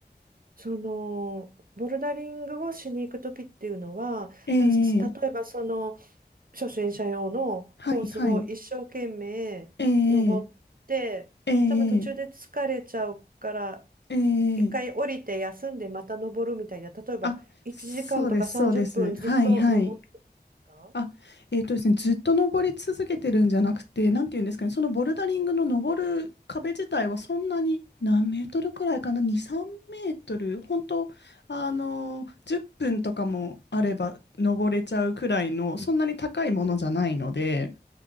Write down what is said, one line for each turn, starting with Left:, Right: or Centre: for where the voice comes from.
Right: そのボルダリングをしに行くときっていうのは、
Left: ええ
Right: じゃあ例えばその初心者用のコースを一生懸命登って、
Left: はいはい。ええええ
Right: 多分途中で疲れちゃうから、
Left: ええ
Right: 一回降りて休んでまた登るみたいな、例えば1時間とか30分ずっと登ってるか
Left: あ、そうですそうです。はいはい。あ、えーとですね、ずっと登り続けてるんじゃなくて、なんて言うんですかね、そのボルダリングの登る壁自体はそんなに何メートルくらいかな、2、3メートル、本当、あのー10分とかもあれば登れちゃうくらいの、そんなに高いものじゃないので、